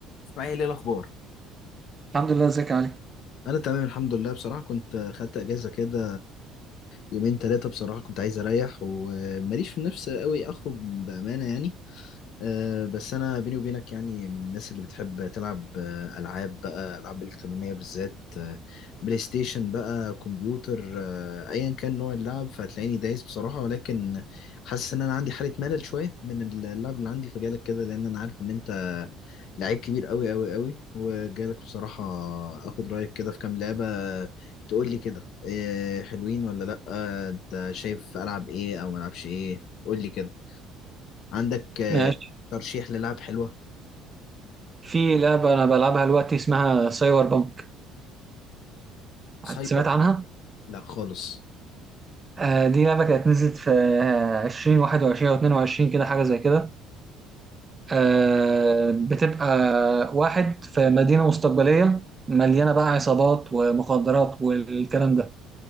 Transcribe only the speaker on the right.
الحمد لله ازيك يا علي
ماشي
في لعبة أنا بلعبها دلوقتي اسمها سايبر بانك
سمعت عنها؟
آه دي لعبة كانت نزلت في عشرين واحد وعشرين أو اتنين وعشرين كده حاجة زي كده آه بتبقى واحد في مدينة مستقبلية مليانة بقى عصابات ومخدرات والكلام ده